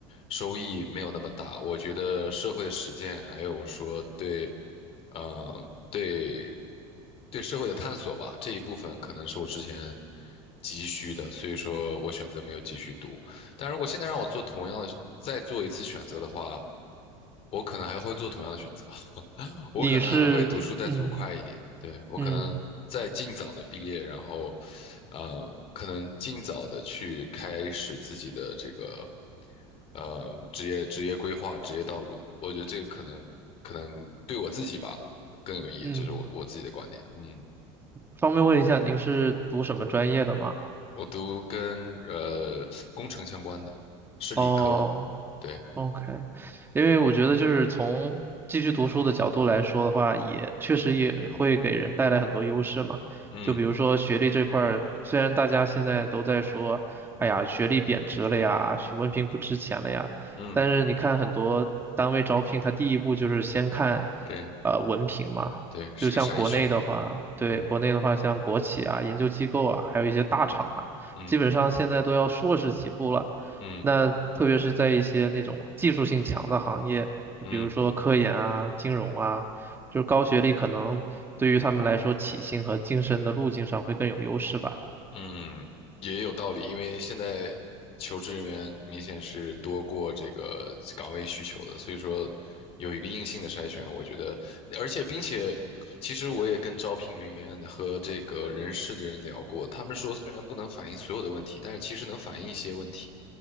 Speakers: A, on the left; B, on the right.
A: 收益没有那么大。我觉得社会的实践，还有说对，嗯，对对社会的探索吧，这一部分可能是我之前急需的，所以说我选择没有继续读。但如果现在让我做同样的，再做一次选择的话，我可能还会做同样的选择，<laughs> 我可能还会读书再读快一点，
B: 你是，嗯
A: 对，我可能再尽早的毕业，
B: 嗯
A: 然后，呃，可能尽早的去开始自己的这个，呃，职业职业规划、职业道路，我觉得这个可能可能对我自己吧更有意义，
B: 嗯，
A: 这是我我自己的观点。嗯，
B: 方便问一下您是读什么专业的吗？
A: 我读跟呃工程相关的，是理科，
B: 哦，
A: 对。
B: OK，因为我觉得就是从继续读书的角度来说的话，也确实也会给人带来很多优势嘛。
A: 嗯。
B: 就比如说学历这块儿，虽然大家现在都在说，哎呀，学历贬值了呀，学文凭不值钱了呀，
A: 嗯，
B: 但是你看很多单位招聘，它第一步就是先看
A: 对
B: 呃文凭嘛。
A: 对，是个筛选。
B: 就像国内的话，对，
A: 嗯
B: 国内的话，像国企啊、研究机构啊，还有一些大厂啊，
A: 嗯
B: 基本上现在都要硕士起步了。
A: 嗯
B: 那特别是在一些那种技术性强的行业，就比如说科研啊、
A: 嗯。
B: 金融啊，就是高学历可能对于他们来说，起薪和晋升的路径上会更有优势吧。
A: 嗯，也有道理，因为现在求职人员明显是多过这个岗位需求的，所以说有一个硬性的筛选，我觉得，而且并且，其实我也跟招聘人员和这个人事的人聊过，他们说虽然不能反映所有的问题，但是其实能反映一些问题。